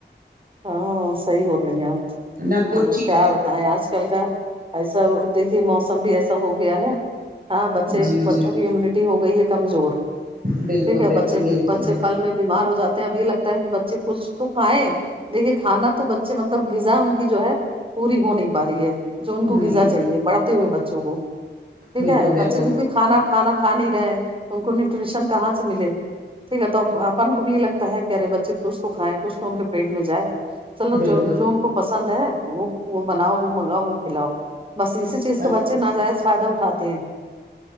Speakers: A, on the right (about 30°); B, on the right (about 50°).
A: ہاں صحیح بول رہی ہیں آپ
B: نہ کچھ
A: اب
B: چیز
A: کیا
B: تو
A: بتائیں آج کل کا ای جب دیکھیے موسم بھی ایسا ہو گیا ہے ہاں بچے
B: جی
A: بچوں
B: جی
A: کی امیونٹی ہوگئی ہے کمزور
B: بالکل
A: ٹھیک ہے
B: بالکل
A: بچے
B: یہ
A: بچے
B: تو ہے
A: پل میں بیمار ہو جاتے ہیں اب یہ لگتا ہے کہ بچے کچھ تو کھائے دیکھے کھانا تو بچے مطلب غذا ان کے جو ہے پوری ہو نہیں پا رہی ہے جو ان کو
B: نہیں
A: غذا چاہیے پڑھتے ہوئے بچوں کو ٹھیک
B: بالکل
A: ہے بچے
B: بالکل
A: کیونکہ کھانا کھانا کھا نہیں رہے تو ان کو نیوٹریشن کہاں سے ملے ٹھیک ہے تو اپن کو بھی یہ لگتا ہے کہ ارے بچے کچھ تو کھائیں کچھ تو ان کے پیٹ میں جائے چلو
B: بالکل
A: جو ان کو پسند ہے وہ وہ بناؤ وہ منگاؤ وہ کھلاؤ بس اسی چیز
B: بس
A: کا بچے ناجائز فائدہ اٹھاتے ہیں